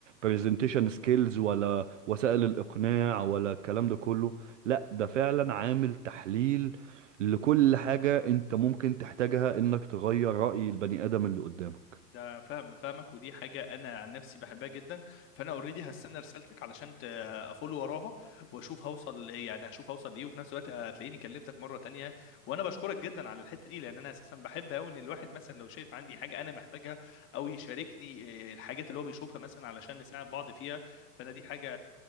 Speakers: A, on the right; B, on the left.
A: presentation skills ولا وسائل الاقناع ولا الكلام ده كله لا ده فعلا عامل تحليل لكل حاجة انت ممكن تحتاجها انك تغير رأي البني ادم اللي قدامك
B: ده فاهم فاهمك ودي حاجة أنا عن نفسي بحبها جدا فأنا أوريدي هستنى رسالتك علشان ت- أفول وراها وأشوف هوصل يعني أشوف هوصل لإيه وفي نفس الوقت هتلاقيني كلمتك مرة تانية وأنا بشكرك جدا على الحتة دي لأن أنا أساسا بحب أوي إن الواحد مثلا لو شايف عندي حاجة أنا محتاجها أو يشاركني آه، الحاجات اللي هو بيشوفها مثلا علشان نساعد بعض فيها فأنا دي حاجة